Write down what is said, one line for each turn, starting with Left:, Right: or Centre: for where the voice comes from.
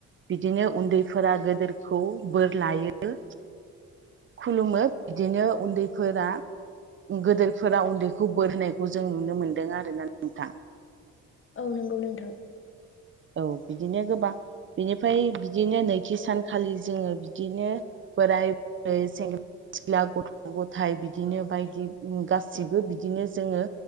Right: बिदिनो उन्दैफोरा गोदोरखौ बोर लायो। खुलुमो बिदिनो उन्दैफोरा। गोदोरफोरा उन्दैखौ बोर होनायखौ जों नुनो मोनदों आरोना नोंथां
Left: औ नंगौ नोंथां
Right: औ बिदिनो गोबां बिनिफ्राय बिदिनो नैथि सानखालि जोङो बिदिनो बोराय बुरै सेंग्रा सिख्ला गथ' गथाइ बिदिनो बायदि गाससिबो बिदिनो जोङो